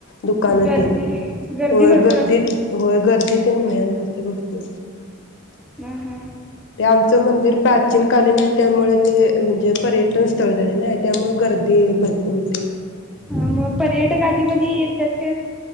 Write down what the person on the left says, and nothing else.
दुकान
तेन
होय
गर्दीत
होय गर्दीतेन भयानक असते भरपूर
ते आमचं मंदिर प्राचीन कालीन आहे त्यामुळे ते म्हणजे पर्यटन स्थळ झाले नाही त्यामुळे गर्दी भरपूर होते.